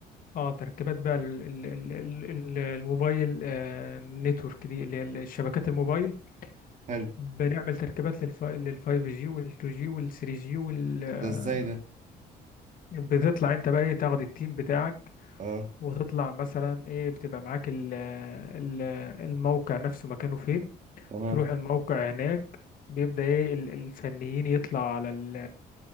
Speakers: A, on the left; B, on the right.
A: اه تركيبات بقى ال ال ال ال ال- الموبايل آه، نتورك دي اللي هي الشبكات الموبايل
B: حلو
A: بنعمل تركيبات للف للفايف جي وال2 جي وال3 جي وال 5G وال- 2G وال- آه،
B: ده ازاي ده
A: بتطلع انت بقى ايه تاخد التيم بتاعك
B: اه
A: وتطلع مثلا ايه بتبقى معاك ال ال الموقع نفسه مكانه فين
B: تمام
A: تروح الموقع هناك بيبدأ ايه ال- الفنيين يطلع على ال